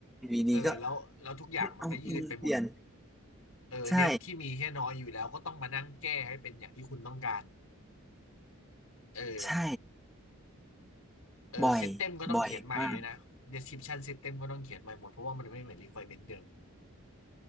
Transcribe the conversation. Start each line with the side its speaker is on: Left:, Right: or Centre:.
Centre: วีดีก็
Left: เออแล้วแล้วทุกอย่างมันก็ยืดไปหมด
Centre: ไม่เอาอืมเปลี่ยน
Left: เออเดฟที่มีแค่น้อยอยู่แล้วก็ต้องมานั่งแก้ให้เป็นอย่างที่คุณต้องการ
Centre: ใช่
Left: เออ
Centre: ใช่
Left: เออซิสเต็มก็ต้องเขียนใหม่ด้วยนะ
Centre: บ่อยบ่อยมาก
Left: description system ก็ต้องเขียนใหม่หมดเพราะว่ามันไม่เหมือน requirement เดิม